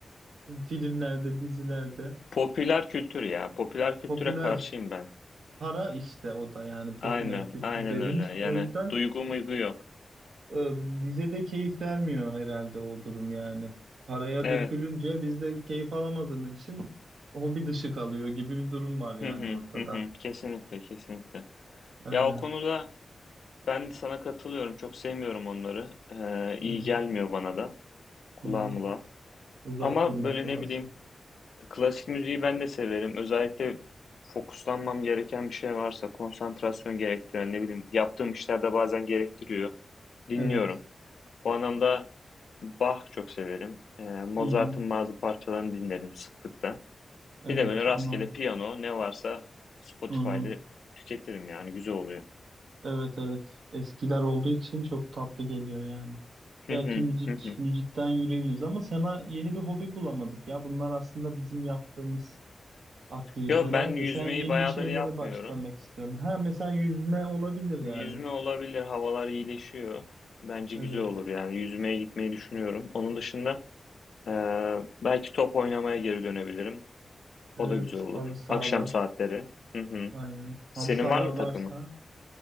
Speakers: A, on the right; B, on the left.
A: Filmlerde, dizilerde.
B: Popüler kültür ya. Popüler kültüre
A: Popüler
B: karşıyım ben.
A: para işte o da yani popüler
B: Aynen,
A: kültür
B: aynen
A: dediğimiz.
B: öyle. Yani
A: O yüzden
B: duygu muygu yok.
A: e, bize de keyif vermiyor herhalde o durum yani. Paraya
B: Evet.
A: dökülünce biz de keyif alamadığımız için hobi dışı kalıyor gibi bir durum var yani
B: Hı hı,
A: ortada.
B: hı hı. Kesinlikle, kesinlikle.
A: Aynen.
B: Ya o konuda ben de sana katılıyorum. Çok sevmiyorum onları. Ee, iyi
A: Hmm.
B: gelmiyor bana da. Kulağımla.
A: Hmm. Uzak
B: Ama
A: durmak
B: böyle
A: lazım.
B: ne bileyim, klasik müziği ben de severim. Özellikle fokuslanmam gereken bir şey varsa, konsantrasyon gerektiren, ne bileyim, yaptığım işler de bazen gerektiriyor. Dinliyorum.
A: Evet.
B: O anlamda Bach çok severim. Ee, Mozart'ın
A: Hı hı.
B: bazı parçalarını dinlerim sıklıkla.
A: Evet
B: Bir de böyle rastgele
A: onlar.
B: piyano ne varsa Spotify'da
A: Hı hı.
B: tüketirim yani güzel oluyor.
A: Evet evet. Eskiler olduğu için çok tatlı geliyor yani.
B: Hı
A: Belki
B: hı,
A: müzik
B: hı hı.
A: müzikten yürüyebiliriz ama sana yeni bir hobi bulamadık ya. Bunlar aslında bizim yaptığımız aktiviteler
B: Yo ben
A: de
B: yüzmeyi
A: sen yeni
B: bayağıdır
A: bir şeylere
B: yapmıyorum.
A: başlamak istiyorsun. Ha mesela yüzme olabilir
B: Yüzme
A: yani.
B: olabilir havalar iyileşiyor. Bence
A: Evet.
B: güzel olur yani yüzmeye gitmeyi düşünüyorum. Onun dışında e, belki top oynamaya geri dönebilirim.
A: Evet.
B: O da güzel olur.
A: Halı sahalar.
B: Akşam saatleri. Hı hı.
A: Aynen.
B: Senin
A: Halı sahalar
B: var mı
A: varsa.
B: takımın?